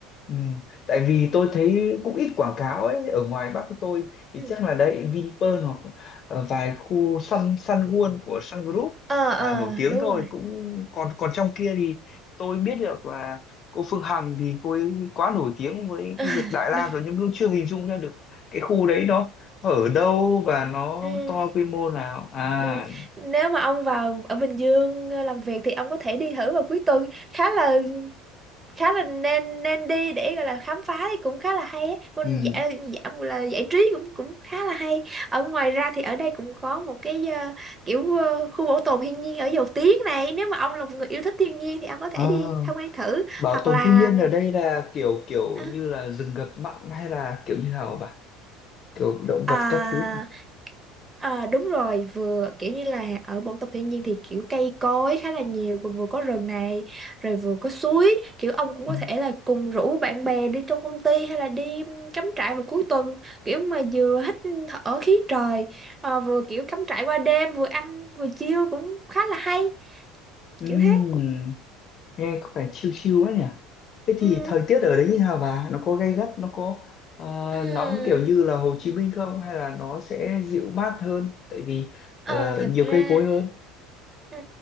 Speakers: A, on the left; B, on the right.
A: Ừ. Tại vì tôi thấy cũng ít quảng cáo ấy ở ngoài Bắc của tôi thì
B: ừ.
A: chắc là đấy Vinpearl hoặc ờ, vài khu Sun Sun World của Sun Group
B: ờ
A: là
B: ờ
A: nổi tiếng
B: đúng
A: thôi
B: rồi
A: cũng còn còn trong kia thì tôi biết được là cô Phương Hằng thì cô ấy quá nổi tiếng với
B: <laughs>
A: cái việc Đại Lam
B: đúng.
A: rồi nhưng cũng chưa hình dung ra được cái khu đấy nó nó ở đâu và nó
B: Ừ,
A: to quy mô nào à
B: ừ. Nếu mà ông vào ở Bình Dương ờ, làm việc thì ông có thể đi thử vào cuối tuần khá là khá là nên nên đi để gọi là khám phá thì cũng khá là hay á còn
A: ừ.
B: dạ, dạ, là giải trí cũng cũng khá là hay ở ngoài ra thì ở đây cũng có một cái ờ, kiểu ờ, khu bảo tồn thiên nhiên ở Dầu Tiếng này nếu mà ông là một người yêu thích thiên nhiên thì ông có thể
A: Ờ,
B: đi tham quan thử
A: bảo
B: hoặc
A: tồn
B: là
A: thiên nhiên ở đây là kiểu kiểu
B: ừm,
A: như là rừng ngập mặn hay là kiểu như nào kiểu động
B: à,
A: vật các thứ nhỉ?
B: À, đúng rồi vừa kiểu như là ở bộ tộc thiên nhiên thì kiểu cây cối khá là nhiều vừa vừa có rừng này rồi vừa có suối kiểu ông cũng
A: Ừ.
B: có thể là cùng rủ bạn bè đi trong công ty hay là đi ừm, cắm trại vào cuối tuần kiểu mà vừa hít thở khí trời ờ, vừa kiểu cắm trại qua đêm vừa ăn vừa chiêu cũng khá là hay
A: Ừm,
B: kiểu thế
A: nghe có vẻ chill chill quá nhỉ thế thì
B: ừ.
A: thời tiết ở đấy như nào bà nó có gay gắt nó có ờ,
B: À,
A: nóng kiểu như là Hồ Chí Minh không hay là nó sẽ dịu mát hơn tại vì
B: ờ,
A: ờ,
B: thật
A: nhiều
B: ra
A: cây cối hơn
B: Ừ,